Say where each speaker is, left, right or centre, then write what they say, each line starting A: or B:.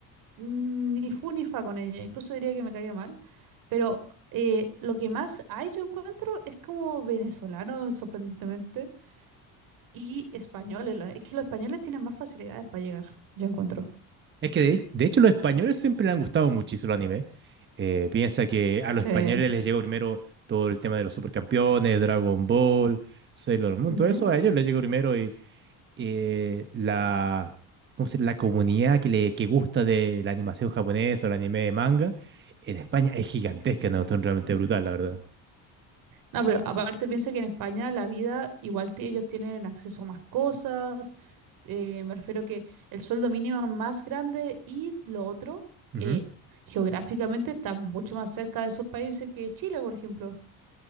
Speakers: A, on the right (about 65°); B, on the right (about 30°).
A: mm, Ni fu ni fa con ella. Incluso diría que me caía mal. Pero eh, lo que más hay, yo encuentro, es como venezolano, sorprendentemente. Y españoles, lo- es que los españoles tienen más facilidades para llegar, yo encuentro.
B: Es que de, de hecho los españoles siempre le han gustado muchísimo el anime. Eh, piensa que a los
A: Sí.
B: españoles les llegó primero todo el tema de los supercampeones, Dragon Ball, Sailor Moon,
A: Ujú.
B: todo eso a ellos les llegó primero y eh, la, ¿cómo se llama? la comunidad que, le, que gusta de la animación japonesa o el anime de manga en España es gigantesca, una cuestión realmente brutal, la verdad.
A: No, pero aparte piensa que en España la vida, igual ti- ellos tienen acceso a más cosas, eh, me refiero que el sueldo mínimo es más grande y lo otro,
B: Ujú.
A: eh, geográficamente está mucho más cerca de esos países que Chile, por ejemplo.